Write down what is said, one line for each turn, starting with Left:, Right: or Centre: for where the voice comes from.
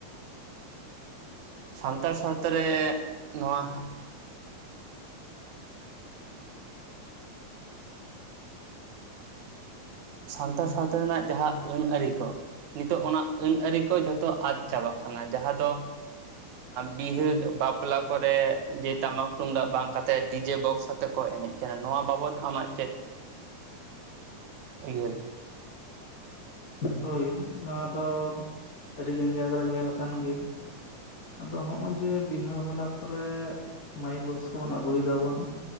Left: <inaudible>
Right: ᱥᱟᱱᱛᱟᱲ ᱥᱟᱶᱛᱟ ᱨᱮ ᱱᱚᱣᱟ ᱦᱟᱸᱜ ᱥᱟᱱᱛᱟᱲ ᱥᱟᱶᱛᱟ ᱨᱮᱱᱟᱜ ᱡᱟᱦᱟᱸ ᱟᱹᱱ ᱟᱹᱨᱤ ᱠᱚ ᱱᱤᱛᱚᱜ ᱚᱱᱟ ᱟᱹᱱ ᱟᱹᱨᱤ ᱠᱚ ᱡᱷᱚᱛᱚ ᱟᱫ ᱪᱟᱵᱟᱜ ᱠᱟᱱᱟ ᱡᱟᱦᱟᱸ ᱫᱚ ᱵᱤᱦᱟᱹ ᱵᱟᱯᱞᱟ ᱠᱚᱨᱮ ᱡᱮ ᱴᱟᱢᱟᱠ ᱛᱩᱢᱫᱟᱜ ᱵᱟᱝ ᱠᱟᱛ ᱛᱮ ᱰᱤᱡᱮ ᱵᱚᱠᱥ ᱟᱛᱮᱜ ᱠᱚ ᱮᱱᱮᱡ ᱠᱟᱱᱟ ᱱᱚᱣᱟ ᱵᱟᱵᱚᱫ ᱟᱢᱟᱜ ᱪᱮᱫ ᱩᱭᱦᱟᱹᱨ
Left: ᱦᱳᱭ ᱱᱚᱣᱟ ᱫᱚ ᱟᱹᱰᱤᱜᱟᱱ ᱡᱟᱭᱜᱟᱟᱨ ᱨᱮ ᱧᱮᱞ ᱠᱟᱱᱟᱱ ᱜᱮᱭᱟ᱾ ᱟᱫᱚ ᱦᱚᱜᱼᱚᱭ ᱡᱮ ᱵᱤᱦᱟᱹ ᱵᱟᱞᱟ ᱠᱚᱨᱮ ᱢᱟᱭᱤᱠ ᱵᱚᱠᱥ ᱠᱚᱵᱚᱱ ᱟᱹᱜᱩᱭ ᱫᱟᱵᱚᱱ